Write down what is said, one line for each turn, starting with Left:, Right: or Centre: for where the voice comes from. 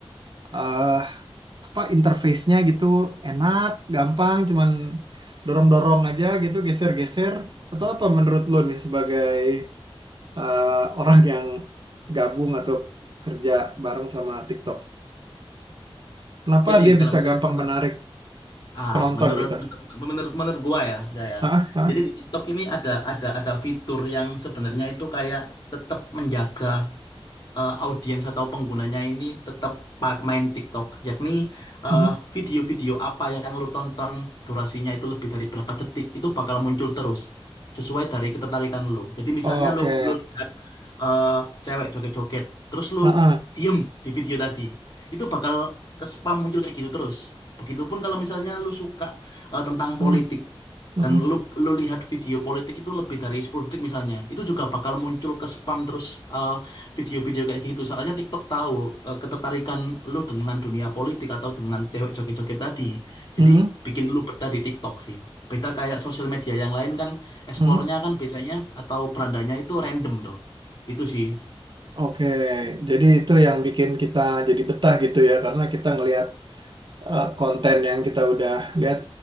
Right: eh apa interface-nya gitu enak, gampang, cuman dorong-dorong aja gitu, geser-geser? Atau apa menurut lo nih sebagai eh, orang yang gabung atau kerja bareng sama TikTok? Kenapa
Left: Jadi
Right: dia
Left: kalau
Right: bisa
Left: misalnya
Right: gampang
Left: menu
Right: menarik
Left: Ah,
Right: penonton
Left: menurut
Right: gitu?
Left: menurut menurut, menurut gua ya, enggak ya.
Right: Hah?
Left: Jadi di TikTok ini ada ada ada fitur yang sebenarnya itu kayak tetap menjaga eh, audiens atau penggunanya ini tetap pa- main TikTok, yakni eh,
Right: Hmm.
Left: video-video apa yang lu tonton durasinya itu lebih dari berapa detik itu bakal muncul terus sesuai dari ketertarikan lu. Jadi misalnya
Right: Oke.
Left: lu lu lihat eh, cewek joget-joget, terus lu
Right: Ah, ah.
Left: diem di video tadi, itu bakal ke spam muncul kayak gitu terus. Begitupun kalau misalnya lu suka eh, tentang
Right: Hmm,
Left: politik
Right: hmm,
Left: dan
Right: hmm,
Left: lu lu lihat video politik itu lebih dari 10 detik misalnya, itu juga bakal muncul ke spam terus eh, video-video kayak gitu. Soalnya TikTok tahu eh, ketertarikan lu dengan dunia politik atau dengan cewek joget-joget tadi. Jadi
Right: hmm,
Left: bikin lu betah di TikTok sih. Beda kayak sosial media yang lain kan explore-nya
Right: hmm.
Left: kan biasanya atau berandanya itu random doh. Itu sih,
Right: Oke, jadi itu yang bikin kita jadi betah gitu ya, karena kita ngelihat eh, konten yang kita udah lihat